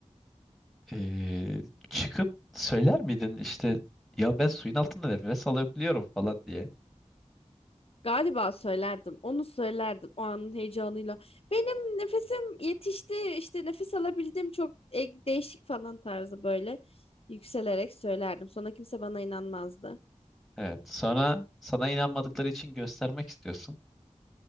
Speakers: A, in the centre; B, on the left.
A: Ee, çıkıp söyler miydin işte ya ben suyun altında nefes alabiliyorum falan diye.
B: Galiba söylerdim. Onu söylerdim o anın heyecanıyla. Benim nefesim yetişti. İşte nefes alabildim çok e- değişik falan tarzı böyle yükselerek söylerdim. Sonra kimse bana inanmazdı.
A: Evet. Sonra sana inanmadıkları için göstermek istiyorsun.